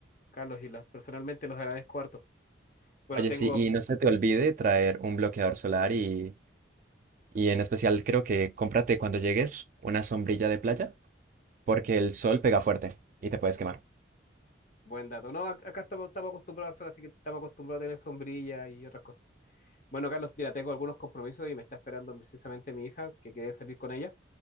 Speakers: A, on the left (about 45°); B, on the right (about 45°).
A: Carlos, y las, personalmente los agradezco harto. Bueno,
B: Oye,
A: tengo,
B: sí, y no se te olvide traer un bloqueador solar y, y en especial creo que cómprate cuando llegues una sombrilla de playa, porque el sol pega fuerte y te puedes quemar.
A: Buen dato. No, ac- acá estamos, estamos acostumbrados al sol, así que estamos acostumbrados a tener sombrilla y otras cosas. Bueno, Carlos, mira, tengo algunos compromisos y me está esperando precisamente mi hija, que quede salir con ella.